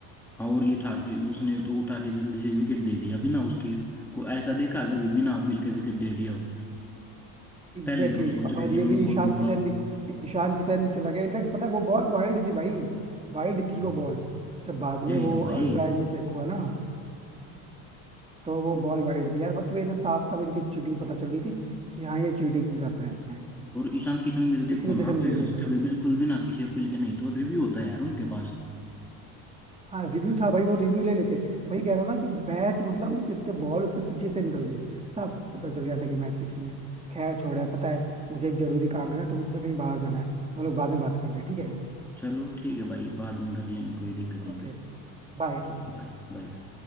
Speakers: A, in the centre; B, on the right (about 15°).
A: हाँ और ये ठा उसने तो उठा के जल्दी से विकेट दे दिया बिना उसके को ऐसा देखा है कभी बिना अपील के विकेट दे दिया हो
B: Exactly
A: पहले तो सोच
B: exactly.
A: रहे
B: और ये
A: कि मैं
B: भी
A: बोल
B: ईशान
A: दूंगा
B: किशन भी ईशान किशन भी चला गया इनफैक्ट पता है वो बॉल वाइड थी भाई वाइड थी वो
A: हाँ,
B: बॉल जब बाद
A: यही
B: में वो
A: तो भाई
B: अल्ट्राज में चेक हुआ ना तो वो बॉल वाइड थी यार बट वो ये ना साफ साफ इनकी चीटिंग पता चल गई थी कि हाँ ये चीटिंग कर रहे हैं
A: और ईशान किशन भी तो
B: इसी
A: देखो
B: वजह
A: ना
B: से मुझे
A: पे
B: भी
A: हंसते
B: नहीं पसंद
A: हुए बिल्कुल बिना किसी अपील के नहीं तो रिव्यू होता है यार उनके पास है।
B: हाँ रिव्यू था भाई वो रिव्यू ले लेते वही कह रहा हूँ ना कि बैट मतलब उसके उसके बॉल उसके पीछे से निकल गई तब पता चल गया था कि मैच फिक्सिंग है खैर छोड़ यार पता है मुझे एक जरूरी काम है ना तो मुझे कहीं बाहर जाना है तो हम लोग बाद में बात करते हैं ठीक है
A: चलो ठीक है भाई बाद में कर लेंगे कोई दिक्कत नहीं
B: Okay
A: भाई
B: bye
A: ठीक है भाई बाय